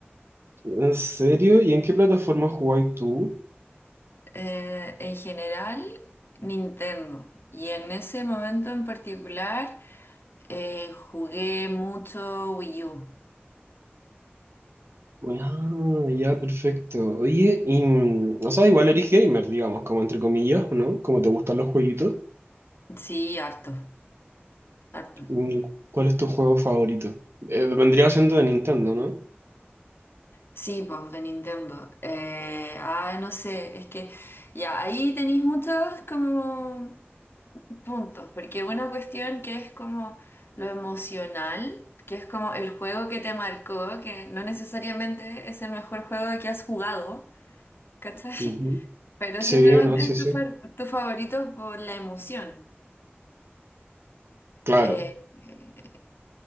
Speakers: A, on the right; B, on the left.
A: ¿En serio? ¿Y en qué plataforma jugáis tú?
B: Eh, en general, Nintendo. Y en ese momento en particular, eh, jugué mucho Wii U.
A: Ah, ya, perfecto. Oye, y, mm, o sea, igual eres gamer, digamos, como entre comillas, ¿no? Como te gustan los jueguitos.
B: Sí, harto, harto.
A: Mm, ¿Cuál es tu juego favorito? Eh, vendría siendo de Nintendo, ¿no?
B: Sí, pues de Nintendo. Eh, ah, no sé, es que ya ahí tenéis muchos como puntos, porque una cuestión que es como lo emocional, que es como el juego que te marcó, que no necesariamente es el mejor juego que has jugado, ¿cachai?
A: Ujú.
B: <laughs> Pero
A: Sí,
B: simplemente
A: no, sí,
B: es
A: sí.
B: tu, fa- tu favorito por la emoción.
A: Claro.
B: Eh, eh,